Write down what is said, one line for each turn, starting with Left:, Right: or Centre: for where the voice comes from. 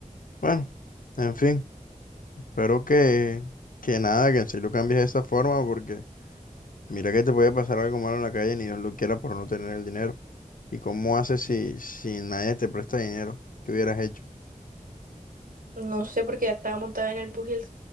Left: Bueno, en fin, espero que, que nada, que en serio cambies de esa forma, porque mira que te puede pasar algo malo en la calle, ni Dios lo quiera por no tener el dinero. ¿Y cómo haces si, si nadie te presta dinero? ¿Qué hubieras hecho?
Right: No sé, porque ya estaba montada en el bus y el